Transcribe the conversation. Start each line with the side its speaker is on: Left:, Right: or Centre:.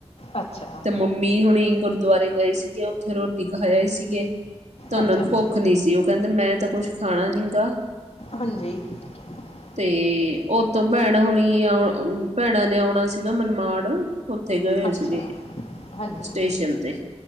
Left: ਅੱਛਾ
Right: ਤੇ ਮੰਮੀ ਮੀ ਹੁਣੀ ਗੁਰਦੁਆਰੇ ਗਏ ਸੀਗੇ ਉੱਥੇ ਰੋਟੀ ਖਾਏ ਸੀਗੇ। ਤਾਂ ਔਹਨਾਂ
Left: ਅੱਛਾ
Right: ਨੂੰ
Left: ਅੱਛਾ
Right: ਭੁੱਖ ਨੀ ਸੀ, ਉਹ ਕਹਿੰਦੇ ਮੈਂ ਤੇ ਕੁਛ ਖਾਣਾ ਨੀ ਗਾ।
Left: ਹਾਂਜੀ। <unintelligible>
Right: ਤੇ ਔਥੋਂ ਭੈਣ ਹੁਣੀ ਆ ਭੈਣਾਂ ਨੇ ਆਉਣਾ ਸੀਗਾ ਮਨਮਾੜ ਔਥੇ ਗਏ ਹੋਏ
Left: ਅੱਛਾ
Right: ਸੀਗੇ,
Left: ਹਾਂਜੀ
Right: ਸਟੇਸ਼ਨ ਤੇ,